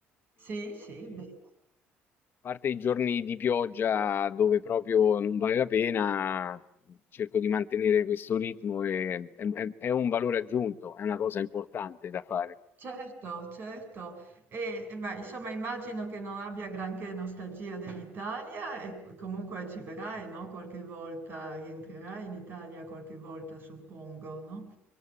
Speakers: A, on the right; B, on the left.
A: sì, sì, beh,
B: parte i giorni di pioggia dove proprio non vale la pena, cerco di mantenere questo ritmo e è, è- è un valore aggiunto, è una cosa importante da fare.
A: certo, certo. E, e ma insomma immagino che non abbia granché nostalgia dell'Italia e co- comunque ci verrai, no? Qualche volta, rientrerai in Italia qualche volta, suppongo, no?